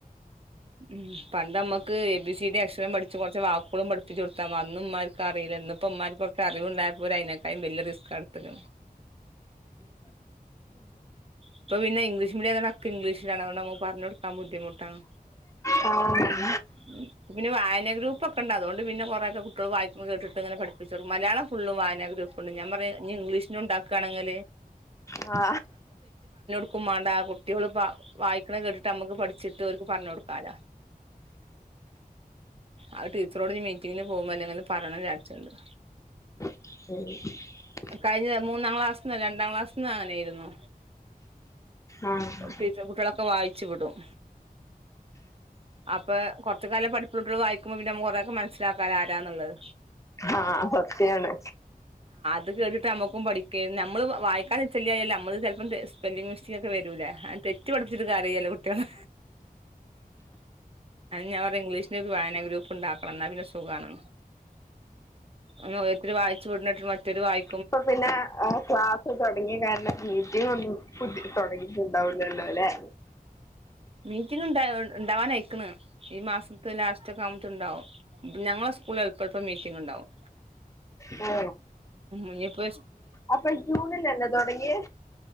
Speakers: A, on the right; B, on the left.
A: ഉ പണ്ട് നമ്മക്ക് എ ബി സി ഡി. അക്ഷരം പഠി കു റച്ച്കുറച്ച് വാക്കുകളും പഠപ്പിച്ചു കൊടുത്താം അന്ന ഉ്മാർക്ക് അറിയില്ല ഇന്നപ്പം ഉമ്മാർക്കൊ ക് അറിവുണ്ടായപ്പോൾ ഓല് അതിനെക്കാ വലിയ റിസ്കാണെടുത്തത് ഇപ്പ പിനെ ഇംഗ്ലീഷ് മീഡിയ ആയതുകൊണ്ട് അതൊക്കെ ഇംഗ്ലീഷിലാണ് അതുകൊണ്ട്പറഞ്ഞുകൊടുക്കാൻ ബുദ്ധിമുട്ടാണ്
B: ആഹ് ആഹ്
A: <unintelligible> വായനൊക്കെ ഗ്രൂപ്പ് ഒക്കെ ഉണ്ട് അത്കൊണ്ട് കുറെ ഒക്കെ കു മക്കളെ വായി മൾകേട്ടിട്ടെങ്ങനെ പഠപ്പിച്ചൊടു മലയാളം ഫുള്ളും വായനാ ഗ്ര ഒപ്പുണ്ട് ഞാൻ പറയാനി ഇംഗ്ലീഷന് ഉണ്ടാക്കുകയാണെങ്കില്
B: ആ
A: ക്കും മാണ്ടകുട്ടികള് വായിക്കണത് കേട്ടിട്ട് നമ്മുക്ക് പഠിച്ചിട്ട് അവർക്ക് പറഞ്ഞു കൊടുക്കാലാ ആ ടീച്ചറോടിഞ്ഞ്മീറ്റിങ്ങിന് പോകുമ്പോലളെന്തങ്കിലും പറയണന്ന് വിജാരിച്ചിട്ണ്ട്
B: ഉ <inaudible>
A: കഴിഞ്ഞ മൂന്നാം ക്ലാസ്ന്ന രണ്ടാം ക്ലാസിൽ നിന്നുംഅങ്ങനെയാ യിരുന്നു
B: ആഹ്
A: ടീച്ചർ കുട്ടളൊക്കെ വായിച്ച വായിച്ചു വിടും അപ്പോ കുറച്ചൊക്കെ നല്ല പഠിപ്പ് ഉള്ള കുട്ടികള് വായി കും പിന്നെ നമ്മൾക്കകുറേ ഒക്കെ മനസിലാക്കാല്ലോആരാന്നുള്ളത്
B: ആ സത്തിയാണ്
A: ത് കേട്ടിട്ട് നമ്മുക്കും പഠിക്ക നമ്മള് വായിക്കാല് നിച്ചാല്ലായി അല്ല നമ്മള് ച സ്പെല്ലി മിസ്റ്റേക്കെ വരലേ തെറ്റ് പഠിച്ചട്ട കാര്യല്ലോ കുട്ടികളെ ഞാൻ പറയാ ഇംഗ്ലീഷിന് ഒരു വായനാ ഗ്രൂപ്പ് പുഉണ്ടക്കണം എന്നാ പിന്നെ സുഖാണ് ന് ഓരോരുതര് വായിച്ചു വിട ന്നത് കേട്ടിട്ട മറ്റൊരു വായി
B: ഇപ്പൊ പിന്നെ ക്ലാസ്സ് തുടങ്ങിയ കാരണം മീറ്റിംഗ ഒന്നും പു തുടങ്ങിയിട്ടി ല്ല ഉണ്ടാവൂലല്ലോ ല്ലേ
A: മീറ്റിംഗ് ഉണ്ട ഉണ്ടവാാനയിക്കണ് ഈ മാസത്തെ ലാസ്റ്റ ഒക്കെ ആവുമ്പൊയ് ഉണ്ടാവും ഞങ്ങളെ സ്കൂളിൽ എളപ്പഴപ്പ മീറ്റിംഗ ഉണ്ടാവും
B: ആ
A: ഇഞ്ഞപ്പോ
B: അപ്പം ജൂണില ല്ലെ തുടങ്ങിയെ